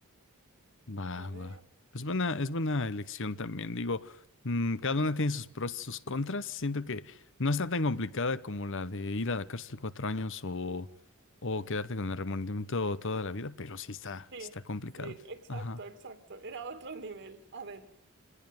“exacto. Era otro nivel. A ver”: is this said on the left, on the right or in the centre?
Right